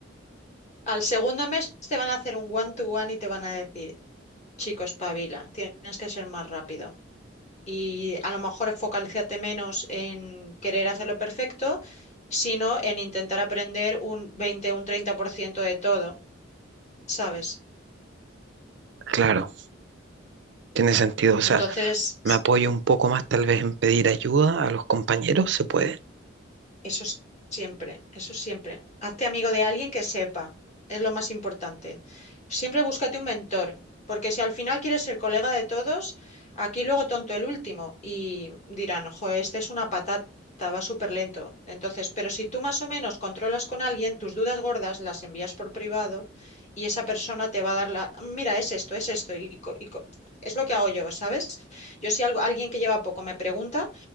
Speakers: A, on the left; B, on the right.
A: al segundo mes te van a hacer un one-to-one y te van a decir, chico, espabila, tienes que ser más rápido. y a lo mejor focalízate menos en querer hacerlo perfecto, sino en intentar aprender un 20 o un 30% de todo, ¿sabes?
B: Claro, tiene sentido. O sea,
A: Entonces,
B: Me apoyo un poco más tal vez en pedir ayuda a los compañeros, se puede.
A: Eso s- siempre, eso siempre. Hazte amigo de alguien que sepa, es lo más importante. Siempre búscate un mentor, porque si al final quieres ser colega de todos, aquí luego tonto el último y dirán, ojo, este es una patata, va súper lento. Entonces, pero si tú más o menos controlas con alguien, tus dudas gordas las envías por privado y esa persona te va a dar la, mira, es esto, es esto, y, co- y co- es lo que hago yo, ¿sabes? Yo si algo, alguien que lleva poco me pregunta,